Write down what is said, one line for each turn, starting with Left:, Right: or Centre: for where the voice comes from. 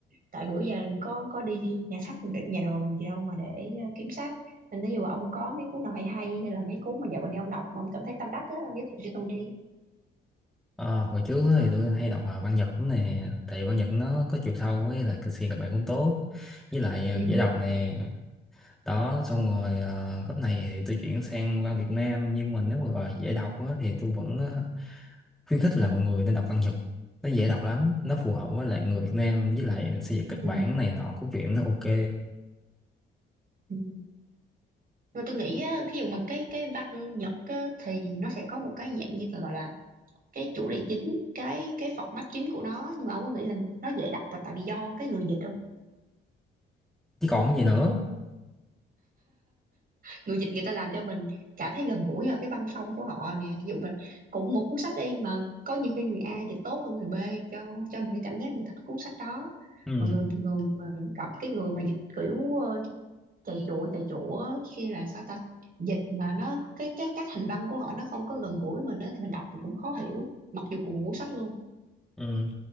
Right: tại bữa giờ có có đi nhà sách nhà đồ gì đâu mà để ờ, kiếm sách nên nếu như mà ông có mấy cuốn nào hay hay hay là mấy cuốn mà dạo gần đây ông đọc mà ông cảm thấy tâm đắc á ông giới thiệu cho tôi đi
Centre: Ờ, hồi trước thì tôi hay đọc à, văn Nhật lắm nè tại văn Nhật nó có chiều sâu với là kịch kịch bản cũng tốt với lại à,
Right: ừ
Centre: dễ đọc nè đó xong rồi à, cấp này thì tôi chuyển sang văn Việt Nam nhưng mà nếu mà gọi là dễ đọc á, thì tôi vẫn à, khuyến khích là mọi người nên đọc văn Nhật nó dễ đọc lắm nó phù hợp với lại người Việt Nam với lại xây dựng kịch
Right: ừ
Centre: bản này nọ của chuyện nó ok
Right: ừ mà tôi nghĩ á thí dụ mà cái cái văn Nhật á, thì nó sẽ có một cái dạng như là gọi là cái chủ đề chính cái cái format chính của nó nhưng mà ông có nghĩ là nó dễ đọc là tại vì do cái người dịch không
Centre: chứ còn gì nữa
Right: người dịch người ta làm cho mình cảm thấy gần gũi vào cái văn phong của họ nè ví dụ mà cũng một cuốn sách đi mà có nhiều khi người A dịch tốt hơn người B cho cho mình cái cảm giác là mình thích cuốn sách đó
Centre: ừ.
Right: mà người người mà gặp cái người mà dịch kiểu ờ, chạy chụa chạy chụa khi là sao ta dịch mà nó cái cái cách hành văn của họ nó không có gần gũi với mình đó, thì mình đọc mình cũng khó hiểu mặc dù cùng một cuốn sách luôn
Centre: Ừ.